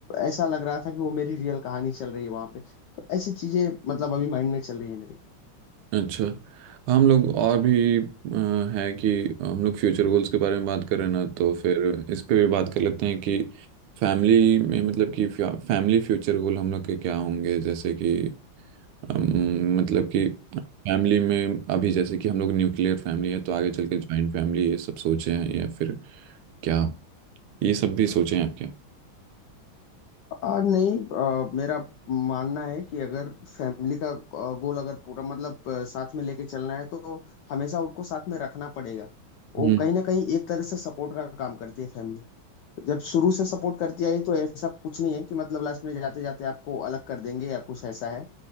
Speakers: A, on the left; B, on the right.
A: ऐसा लग रहा था कि वो मेरी रियल कहानी चल रही है वहां पे तो ऐसी चीजें मतलब अभी माइंड में चल रही है मेरे
B: अच्छा हम लोग और भी अ, है कि हम लोग फ्यूचर गोल्स के बारे में बात कर रहे हैं ना तो फिर इस पे भी बात कर लेते हैं कि फैमिली में मतलब कि फैमिली फ्यूचर गोल हम लोग के क्या होंगे जैसे कि अम, मतलब कि फैमिली में अभी जैसे कि हम लोग न्यूक्लियर फैमिली है तो आगे चल के ज्वाइंट फैमिली ये सब सोचे हैं या फिर क्या ये सब भी सोचे हैं आप क्या
A: आ, नहीं आ, मेरा मानना है कि अगर फैमिली का आ, गोल अगर पूरा मतलब आ, साथ में लेके चलना है तो हमेशा उनको साथ में रखना पड़ेगा वो
B: हम्म
A: कहीं ना कहीं एक तरह से सपोर्ट का काम करती है फैमिली जब शुरू से सपोर्ट करती आई तो ऐसा कुछ नहीं है कि मतलब लास्ट में जाते जाते आपको अलग कर देंगे या कुछ ऐसा है